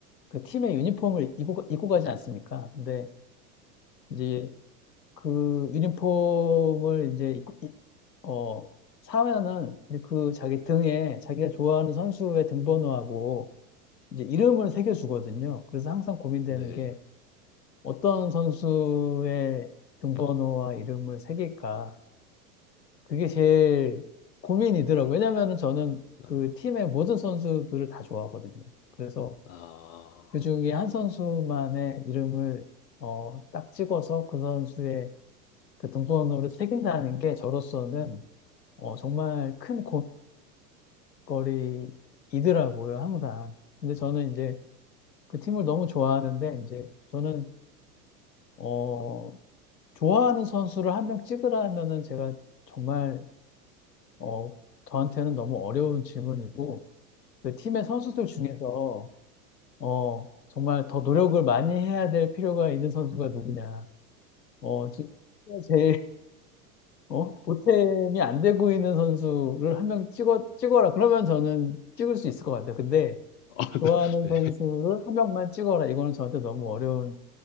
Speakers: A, on the left; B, on the left.
A: 그 팀의 유니폼을 입고, 가- 입고 가지 않습니까? 근데 이제 그 유니폼을 이제 입고, 입- 어, 사면은 이제 그 자기 등에 자기가 좋아하는 선수의 등번호하고 이제 이름을 새겨주거든요. 그래서 항상 고민되는
B: 네.
A: 게 어떤 선수의 등번호와 이름을 새길까? 그게 제일 고민이더라고요. 왜냐면은 저는 그
B: 아,
A: 팀의 모든 선수들을 다 좋아하거든요. 그래서
B: 아,
A: 그 중에 한 선수만의 이름을 어, 딱 찍어서 그 선수의 그 등번호를 새긴다는 게 저로서는 어, 정말 큰 고민거리이더라고요, 항상. 근데 저는
B: 아.
A: 이제 그 팀을 너무 좋아하는데 이제 저는 어, 좋아하는 선수를 한 명 찍으라면은 제가 정말 어, 저한테는 너무 어려운 질문이고 그 팀의 선수들 중에서 어 정말 더 노력을 많이 해야 될 필요가 있는 선수가 누구냐. 어 지금 제일 어 보탬이 안 되고 있는 선수를 한 명 찍어 찍어라. 그러면 저는 찍을 수 있을 것 같아요. 근데
B: 어, <laughs>
A: 좋아하는
B: 네.
A: 선수를 한 명만 찍어라. 이거는 저한테 너무 어려운